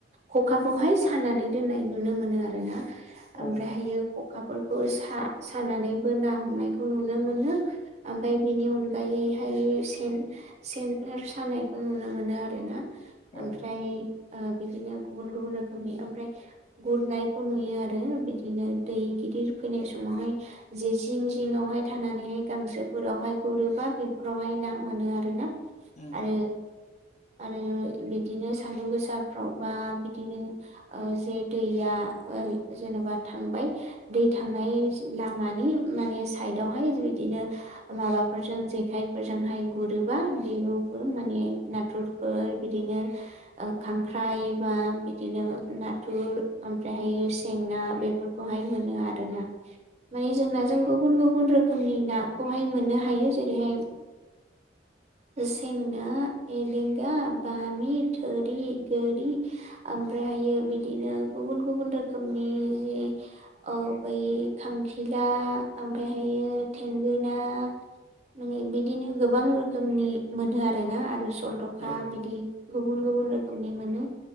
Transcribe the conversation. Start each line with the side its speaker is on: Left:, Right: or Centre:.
Right: खखाखौहाय खानानै दोननाय नुनो मोनो आरो ना ओमफ्रायहायो
Left: औ
Right: खखाफोरखौ सा-सानानैबो ना हमनायखौ नुनो मोनो। ओमफाय बेनि अनगायैहाय सेन सेनफोर सानायखौ नुनो मोनो आरो ना
Left: औ
Right: ओमफ्राय ओ बिदिनो गुबुन गुबुन रोखोमनि ओमफ्राय गुरनायखौ नुयो आरो बिदिनो दै गिदिर फैनाय समावहाय जे जिं जिंआवहाय थानानैहाय गांसोफोरावहाय गुरोबा बेफोरावहाय ना मोनो आरो ना
Left: उम
Right: आरो आरो बिदिनो सान्दुं गोसाफ्रावबा बिदिनो ओ जे दैया ओरै जेनेबा थांबाय दै थांनाय लामानि माने साइदावहाय बिदिनो माबाफोरजों जेखायफोरजोंहाय गुरोबा बेखौबो माने नाथुर फोर बिदिनो खांख्राइ बा बि दिनो नाथुर ओमफ्रायहायो सेंना बेफोरखौहाय मोनो आरो ना माने जों नाजों गुबुन गुबुन रोखोमनि नाखौहाय मोननो हायो जेरैहाय- सें ना, एलेंगा, बामि, थोरि, गोरि ओमफ्रायहायो बिदिनो गुबुन गुबुन रोखोमनि जि औ बै खांखिला ओमफ्रायहायो थेंगोना, माने बिदिनो गोबां रोखोमनि मोनो आरोना आरो सलथखा
Left: औ
Right: बिदि गुबुन गुबुन रोखोमनि मोनो